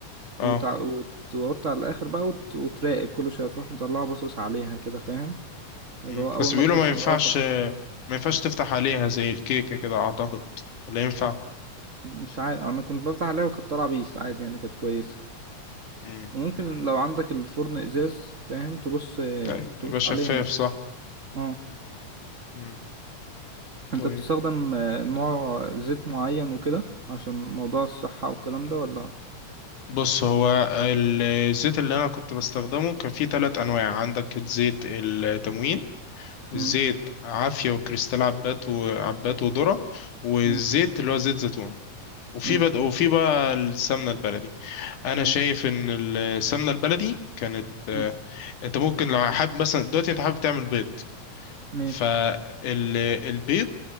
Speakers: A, on the right (about 60°); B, on the left (about 85°).
A: وتع...
B: اه
A: وتوطي على الاخر بقى وت... وتراقب كل شويه تروح مطلعه باصص عليها كده فاهم اللي
B: مم.
A: هو اول
B: بس
A: ما
B: بيقولوا
A: تحس
B: ما ينفعش
A: ان هو
B: ما ينفعش تفتح عليها زي الكيكة كده أعتقد ولا ينفع؟
A: مش عارف انا كنت بفتح عليها وكانت طالعه بيس عادي يعني كانت كويسه
B: مم.
A: وممكن لو عندك الفرن ازاز فاهم تبص
B: لا،
A: تبص
B: يبقى شفاف
A: عليها يعني
B: صح؟
A: اه
B: مم.
A: انت
B: طيب
A: بتستخدم آه، نوع زيت معين وكده عشان موضوع الصحه والكلام ده ولا
B: بص هو الزيت اللي أنا كنت بستخدمه كان فيه تلات أنواع عندك الزيت التموين الزيت
A: امم
B: عافية وكريستال عبات وعبات وذرة والزيت
A: امم
B: اللي هو زيت زيتون وفي
A: امم
B: بد... وفي بقى السمنة البلدي أنا
A: اه
B: شايف إن السمنة البلدي كانت آه،
A: مم.
B: أنت ممكن لو حابب مثلا دلوقتي أنت حابب تعمل بيض
A: ماشي
B: فالبيض